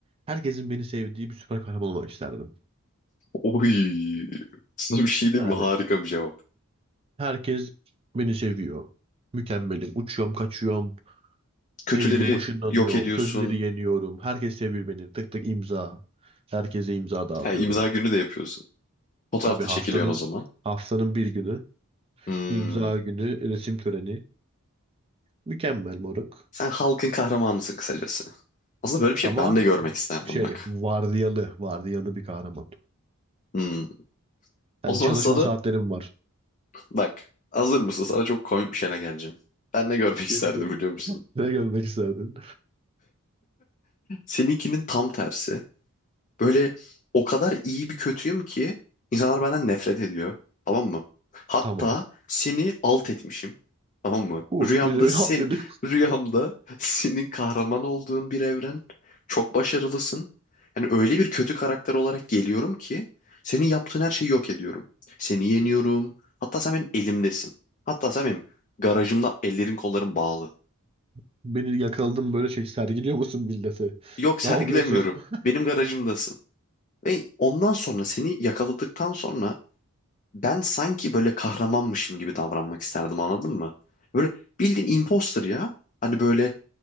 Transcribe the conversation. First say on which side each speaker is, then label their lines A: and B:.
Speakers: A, on the right; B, on the left.
A: herkesin beni sevdiği bir süper kahraman olmak isterdim.
B: Oy. Sana bir şey diyeyim
A: Yani
B: mi? Harika bir cevap.
A: herkes beni seviyor. Mükemmelim. Uçuyorum, kaçıyorum.
B: Kötüleri
A: Ne bileyim ışınlanıyorum.
B: yok ediyorsun.
A: Kötüleri yeniyorum. Herkes seviyor beni. Tık tık imza. Herkese imza dağıtıyorum.
B: Ha, imza günü de yapıyorsun. Fotoğraf
A: Tabii
B: da
A: haftanın
B: çekiliyorsun o zaman.
A: haftanın bir günü
B: Hmm.
A: imza günü resim töreni. Mükemmel moruk.
B: Sen halkın kahramanısın kısacası. Aslında böyle bir şey
A: Ama
B: ben de görmek isterdim
A: şey
B: bak.
A: vardiyalı vardiyalı bir kahraman.
B: Hmm.
A: Yani
B: O zaman
A: çalışma
B: sana
A: saatlerim var.
B: Bak, hazır mısın? Sana çok komik bir şeyle geleceğim. Ben ne görmek <laughs> isterdim
A: Beni de-
B: biliyor musun?
A: Ne görmek isterdin?
B: Seninkinin tam tersi. Böyle o kadar iyi bir kötüyüm ki insanlar benden nefret ediyor. Tamam mı? Hatta
A: Tamam.
B: seni alt etmişim. Tamam mı?
A: Uh
B: Rüyamda
A: bir de beni
B: seni
A: al dedi.
B: rüyamda senin kahraman olduğun bir evren. Çok başarılısın. Yani öyle bir kötü karakter olarak geliyorum ki senin yaptığın her şeyi yok ediyorum. Seni yeniyorum. Hatta sen benim elimdesin. Hatta sen benim garajımda ellerin kolların bağlı.
A: <laughs> Beni yakaladım böyle şey sergiliyor musun millete?
B: Yok sergilemiyorum.
A: Ne yapıyorsun? <laughs>
B: Benim garajımdasın. Ve ondan sonra seni yakaladıktan sonra Ben sanki böyle kahramanmışım gibi davranmak isterdim anladın mı? Böyle bildiğin imposter ya. Hani böyle